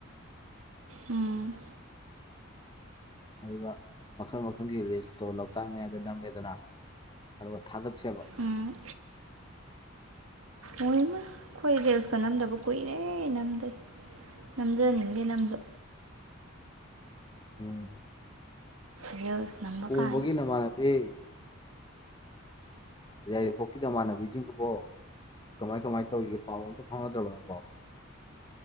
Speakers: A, on the right; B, on the left.
A: ꯎꯝ
B: ꯑꯗꯨꯒ ꯃꯈꯜ ꯃꯈꯜꯒꯤ ꯔꯤꯁꯇꯣ ꯂꯣꯛꯇꯥꯛ ꯃꯌꯥꯏꯗ ꯅꯝꯃꯦꯗꯅ ꯑꯗꯨꯒ ꯊꯥꯒꯠꯁꯦꯕ
A: ꯎꯝ ꯑꯣꯏꯃ ꯑꯩꯈꯣꯏ ꯔꯤꯜꯁꯀ ꯅꯝꯗꯕ ꯀꯨꯏꯔꯦ ꯅꯝꯗꯦ ꯅꯝꯖꯅꯤꯡꯗꯦ ꯅꯝꯁꯨ
B: ꯎꯝ
A: ꯔꯤꯜꯁ ꯅꯝꯕ
B: ꯀꯣꯡꯕꯒꯤ
A: ꯀꯥꯏꯅ
B: ꯅꯝꯃꯥꯗꯤ ꯌꯥꯏꯔꯤꯄꯣꯛꯀꯤꯗꯃꯥꯟꯅꯕꯤꯁꯤꯡꯗꯨꯕꯨ ꯀꯃꯥꯏ ꯀꯃꯥꯏꯅ ꯇꯧꯔꯤꯒꯦ ꯄꯥꯎ ꯑꯝꯇ ꯐꯪꯅꯗ꯭ꯔꯕꯅꯕꯣ